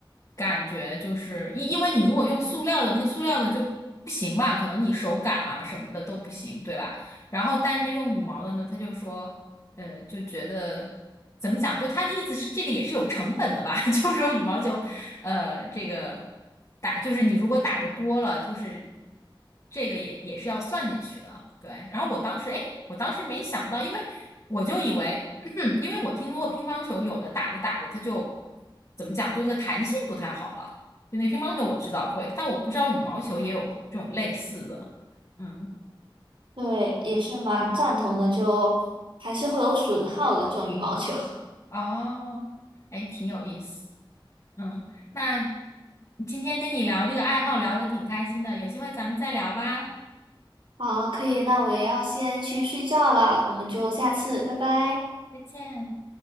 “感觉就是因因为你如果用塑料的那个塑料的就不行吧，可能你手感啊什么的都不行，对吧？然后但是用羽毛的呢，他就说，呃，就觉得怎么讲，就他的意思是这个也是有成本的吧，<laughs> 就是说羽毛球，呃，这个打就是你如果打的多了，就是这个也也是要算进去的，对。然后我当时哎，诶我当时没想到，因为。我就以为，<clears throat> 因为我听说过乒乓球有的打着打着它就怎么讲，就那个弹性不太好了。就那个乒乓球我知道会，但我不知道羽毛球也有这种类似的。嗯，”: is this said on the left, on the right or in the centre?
Left